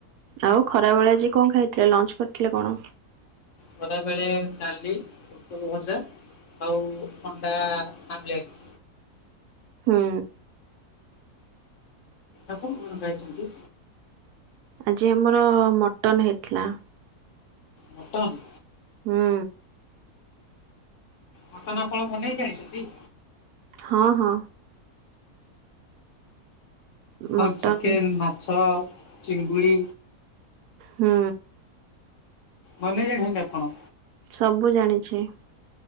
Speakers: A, on the right; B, on the left.
A: ଆଉ ଖରା ବେଳେ ଆଜି କଣ ଖାଇଥିଲେ ଲଞ୍ଚ କରିଥିଲେ କଣ?
B: ଖରାବେଳେ ଡାଲି, ପୋଟଳ ଭଜା ଆଉ ଅଣ୍ଡା ଆମଲେଟ୍
A: ହୁଁ।
B: ଆପଣ କଣ ଖାଇଛନ୍ତି?
A: ଆଜି ଆମର ମଟନ ହେଇଥିଲା।
B: ମଟନ୍!
A: ହୁଁ
B: ମଟନ ଆପଣ ବନେଇ ଜାଣିଛନ୍ତି?
A: ହଁ ହଁ। ମଟନ
B: ଆଉ ଚିକେନ, ମାଛ, ଚିଙ୍ଗୁଡି
A: ହୁଁ।
B: ବନେଇ ଜାଣିଛନ୍ତି ଆପଣ?
A: ସବୁ ଜାଣିଛି।